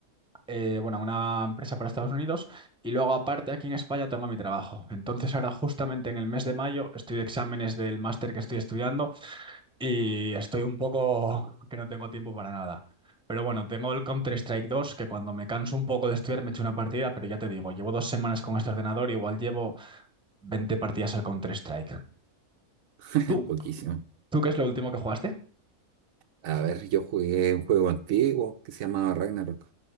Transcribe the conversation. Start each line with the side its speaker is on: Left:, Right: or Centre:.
Centre: eh, bueno, a una empresa para Estados Unidos y luego aparte aquí en España tengo mi trabajo. Entonces ahora justamente en el mes de mayo estoy de exámenes del máster que estoy estudiando y estoy un poco <laughs> que no tengo tiempo para nada. Pero bueno, tengo el Counter-Strike dos que cuando me canso un poco de estudiar me echo una partida, pero ya te digo, llevo dos semanas con este ordenador, igual llevo 20 partidas al Counter-Strike.
Right: <laughs>
Centre: ¿Tú?
Right: poquísimo.
Centre: ¿Tú qué es lo último que jugaste?
Right: A ver, yo jugué un juego antiguo que se llamaba Ragnarok.